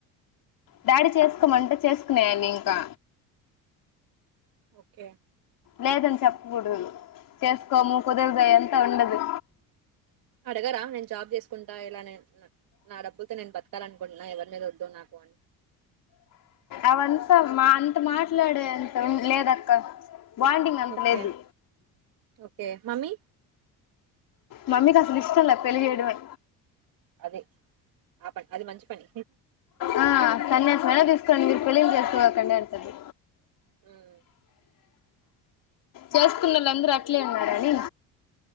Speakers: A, on the left (about 60°); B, on the right (about 65°).
A: డాడీ చేసుకోమంటే చేసుకునే <unintelligible> ఇంకా
B: ఓకే
A: లేదని చెప్పకూడదు చేసుకోము కుదరదు అది అంతా ఉండదు
B: అడగరా నేను జాబ్ చేసుకుంటా ఇలా నేను నా నా డబ్బులు తో నేను బతకాలనుకుంటున్న ఎవర్ మీద వద్దు నాకు <inaudible>
A: అవంతా మా అంత మాట్లాడే అంత ఉం లేదక్కా బాండింగ్ అంత
B: ఓకే
A: లేదు
B: ఓకే మమ్మీ
A: మమ్మీకి అసలు ఇష్టం లే పెళ్ళి చేయడమే
B: అదే ఆ పని అది మంచి పని
A: ఆ సన్యాసమైనా తీసుకోండి మీరు పెళ్లిళ్ళు చేసుకోగాకండి అంటారు
B: హ్మ్
A: చేసుకున్నోళ్ళందరూ అట్లే ఉన్నారని